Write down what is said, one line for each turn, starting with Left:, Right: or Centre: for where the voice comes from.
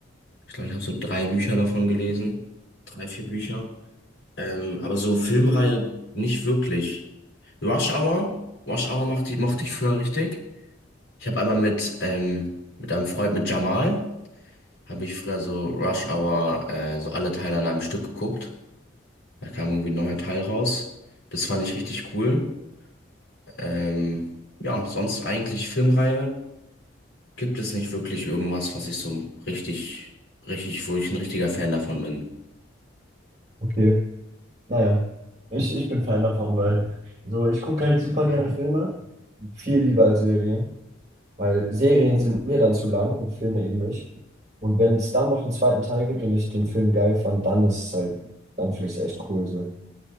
Left: Ich glaube, ich habe so drei Bücher davon gelesen. Drei, vier Bücher. Ähm, aber so Filmreihe nicht wirklich. Rush Hour, Rush Hour mochte ich, mochte ich früher richtig. Ich habe einmal mit, ähm, mit einem Freund, mit Jamal, habe ich früher so Rush Hour, äh, so alle Teile an einem Stück geguckt. Da kam irgendwie ein neuer Teil raus. Das fand ich richtig cool. Ähm, ja, sonst eigentlich Filmreihe. gibt es nicht wirklich irgendwas, was ich so richtig, richtig, wo ich ein richtiger Fan davon bin.
Right: okay. Naja, ich, ich bin Fan davon, weil so ich gucke halt super gerne Filme. viel lieber als Serien, weil Serien sind mir dann zu lang und Filme eben nicht. Und wenn es dann noch einen zweiten Teil gibt und ich den Film geil fand, dann ist es halt, dann finde ich es echt cool so.